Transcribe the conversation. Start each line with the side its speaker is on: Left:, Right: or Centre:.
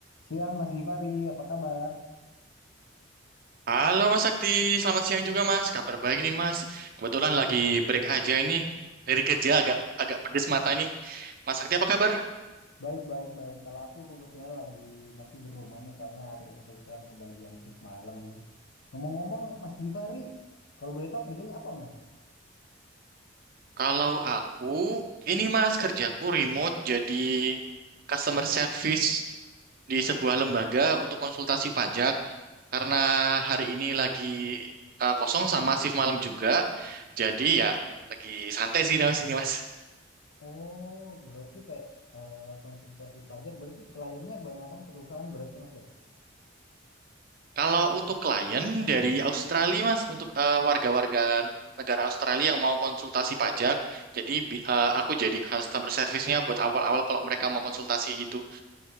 Left: Siang Mas Gifari, apa kabar?
Right: Halo Mas Sakti, selamat siang juga Mas. Kabar baik nih Mas. Kebetulan lagi break aja ini. Dari kerja agak agak pedes mata nih. Mas Sakti apa kabar?
Left: Baik, baik, baik. Kalau aku kebetulan lagi masih di rumah nih, soalnya hari ini kebetulan kebagian shift malam ini. Ngomong-ngomong, Mas Gifari, kalau boleh tahu kerjanya apa, Mas?
Right: Kalau aku, ini Mas kerjaku remote jadi customer service di sebuah lembaga untuk konsultasi pajak. Karena hari ini lagi eh, kosong sama shift malam juga. Jadi ya lagi santai sih di sini Mas.
Left: Oh, berarti kayak eh, konsultasi pajak, berarti kliennya kebanyakan perusahaan berarti, Mas ya?
Right: Kalau untuk klien dari Australia, Mas, untuk eh, warga-warga negara Australia yang mau konsultasi pajak, jadi bi- eh, aku jadi customer service-nya buat awal-awal kalau mereka mau konsultasi gitu.